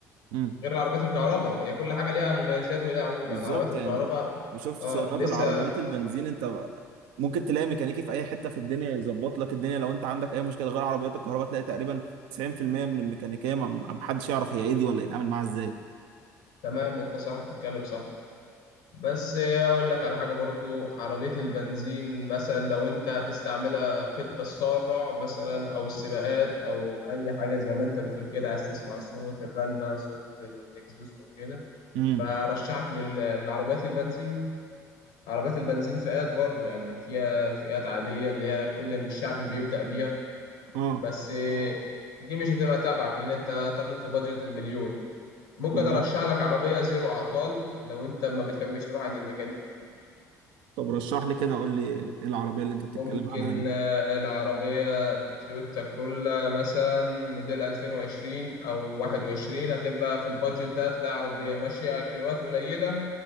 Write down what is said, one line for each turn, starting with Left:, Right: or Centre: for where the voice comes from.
Right: امم
Left: غير العربيات الكهرباء هي كل حاجة ليها مميزات وليها عيوب
Right: بالظبط
Left: يعني عربيات الكهرباء
Right: يعني بشوف صيانات
Left: آه لسه
Right: العربيات البنزين انت ممكن تلاقي ميكانيكي في اي حتة في الدنيا يظبط لك الدنيا لو انت عندك اي مشكلة غير عربيات الكهرباء تلاقي تقريبا 90% من الميكانيكية ما ما- محدش يعرف هي ايه دي ولا يتعامل معاها ازاي
Left: تمام أنت صح بتتكلم صح بس اقول لك على حاجه برضو عربيه البنزين مثلا لو انت هتستعملها في التسارع مثلا او السباقات او اي حاجه زي ما انت بتقول كده عايز تسمع صوت الرنه وصوت الاكزوست وكده
Right: امم
Left: فرشحك لل- للعربيات البنزين عربيات البنزين فئات برضو يعني فيها فئات عاديه اللي هي كل الشعب بيبدا بيها
Right: اه
Left: بس دي مش هتبقى تبعك لان انت طالب في بادجت المليون ممكن
Right: تمام
Left: ارشح لك عربيه زيرو اعطال لو انت ما بتحبش تروح عند الميكانيكي كتير
Right: طب رشح لي كده قول لي ايه العربية اللي انت بتتكلم
Left: ممكن
Right: عنها دي
Left: آه، العربية تويوتا كرولا مثلا موديل 2020 أو 21 هتبقى في البادجت ده هتلاقي عربية ماشية كيلوات قليلة